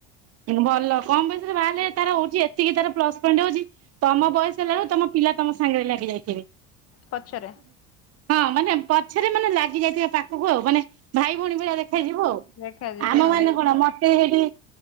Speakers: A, on the right; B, on the left.
A: ଭଲ କମ ବୟସ ରେ ବାହାହେଲେ ତାର ହଉଛି ଏତିକି ତାର ପ୍ଲସ ପଏଣ୍ଟ ହଉଛି ତମ ବୟସ ହେଲାରୁ ତମ ପିଲା ତମ ସାଙ୍ଗରେ ଲାଗି ଯାଇଥିବେ।
B: ପଛରେ।
A: ହଁ ମାନେ ପଛରେ ମାନେ ଲାଗି ଯାଇଥିବେ ପାଖୁକୁ ଆଉ ମାନେ ଭାଇ ଭଉଣୀ ଭଳିଆ ଦେଖ ଯିବୁ ଆଉ
B: ଦେଖାଯିବେ
A: ଆମ
B: ଆଉ
A: ମାନେ କଣ ମତେ ହେଠି